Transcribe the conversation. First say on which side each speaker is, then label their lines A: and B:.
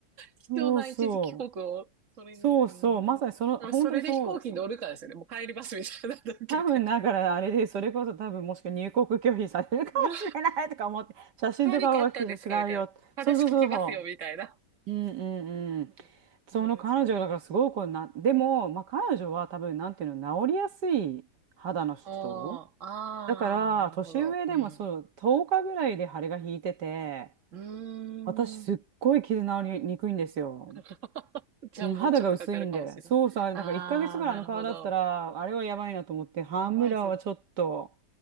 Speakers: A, on the right; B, on the right.
A: そうそう。
B: 貴重な一時帰国を、それに、
A: そうそう。
B: うーん。
A: まさにその、本当にそう。
B: それで飛行機に乗るかですよね。もう帰りますみたいなのだけで、
A: 多分、だからあれで、それこそ多分、もしくは入国拒否されるかもしれないとか思って、
B: うわ
A: 写真とかは違うよ。
B: 何かあったんですかみたいな。話聞きますよ、
A: そうそうそうそ
B: みたいな。
A: う。うんうんうん。
B: うん、
A: その彼女だからすごいこうな、
B: 言われそう。
A: でも、まあ、彼女は多分なんていうの、治りやすい肌の人
B: あー、ああ、
A: だから、
B: なるほど。
A: 年上でもそう、
B: うん。
A: 10日ぐらいで腫れが引いてて、
B: うーん。
A: 私すっごい傷治りにくいんですよ。
B: <laughs> じゃあもうちょっとかかるかもしれん。
A: うん、肌が薄いんで。そうそう、あれなんか1ヶ月ぐらいあの顔だったら、
B: ああ、なるほど。
A: あれはやばいなと思って、ハンムラーはちょっと、
B: やばいっす。